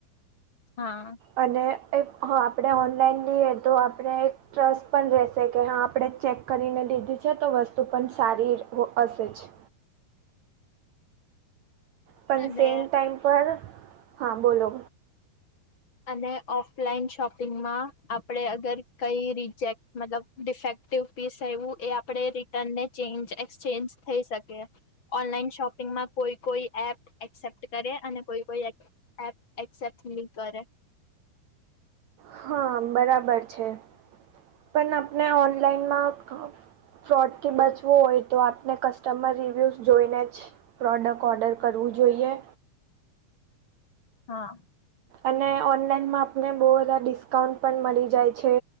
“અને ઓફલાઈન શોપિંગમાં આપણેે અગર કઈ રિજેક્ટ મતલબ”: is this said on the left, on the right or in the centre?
Left